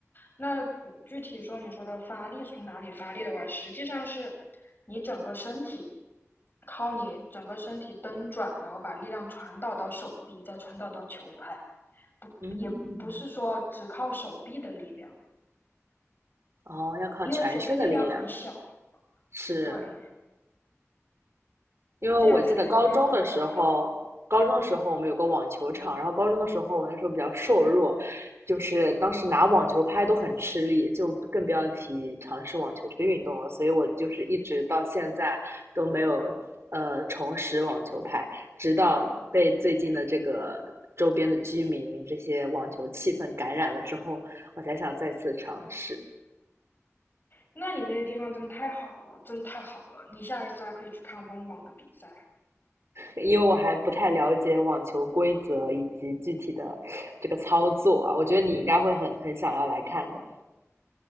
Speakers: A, on the left; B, on the right.
A: 那嗯具体说，你说的发力从哪里发力的话，实际上是你整个身体，靠你整个身体蹬转，然后把力量传导到手臂，再传导到球拍，
B: 嗯，
A: 也不是说只靠手臂的力量，
B: 哦，要靠全身的力量，
A: 因为手臂力量很小，
B: 是，
A: 对，
B: 因为我记得高中的时候，
A: 这样才力量更大。
B: 高中的时候我们有个网球场，然后高中的时候我那时候比较瘦弱，就是当时拿网球拍都很吃力，就更不要提尝试网球这个运动了。所以我就是一直到现在都没有呃重拾网球拍，直到被最近的这个周边的居民这些网球气氛感染了之后，我才想再次尝试。
A: 那你那个地方真的太好了，真的太好了！你下一次还可以去看温网的比赛。
B: 因为我还不太了解网球规则以及具体的这个操作啊，我觉得你应该会很很想要来看的。